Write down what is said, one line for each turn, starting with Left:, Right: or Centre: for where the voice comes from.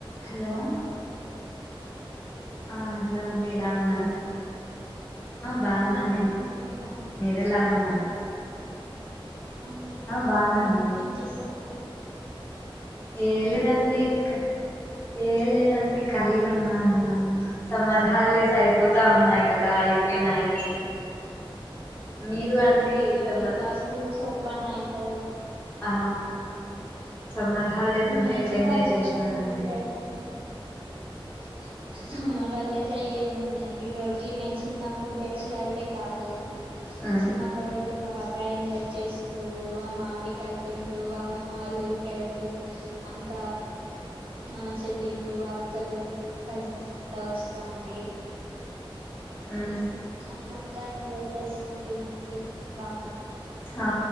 Left: Hello ఆ hello అండి ఎలా ఉన్నారు ఆ బాగున్నాండి
Right: బాగున్నామండి మీరు బాగున్నారా
Left: మీరు ఎలా ఉన్నారు
Right: ఆ బావున్నామండి
Left: బాగున్నామండి
Right: ఏం చేస్తున్నారు
Left: ఏం లేదండి ఇకా ఏ లేదండి కాలిగా ఉన్నాము సమ్మర్ హాలిడేస్ అయిపోతే తాన్నాయి కదా అయిపోయినాయి మీరు అండి
Right: అవునండి
Left: సమ్మర్
Right: ఇంకా స్కూల్స్ ఓపెన్ అయితాయి
Left: ఆ సమ్మర్ హాలిడేస్ అంతా
Right: నేను
Left: ఎట్లా ఎంజాయ్
Right: ఖాళీగా
Left: చేసినారండి
Right: అండి ప్రజెంట్ <unintelligible> సమ్మర్ హాలిడేస్ ఏముందండి రొటీనే చిన్నప్పుడు డేస్ లో అయితే కాదు
Left: ఆ
Right: చిన్నప్పు అప్పుడైతే బాగా ఎంజాయ్ చేస్తూ ఆ మామిడి కాయలు తింటూ అమ్మమ్మ వాళ్ళ ఉరికి వెళ్తూ అంతా మన చెల్లిళ్ళు అక్కలు కజిన్స్ అంతా వస్తాన్రీ
Left: ఆహ్
Right: అట్లంతా ఎంజాయ్ చేస్తాంటిమండి బాగా
Left: ఆ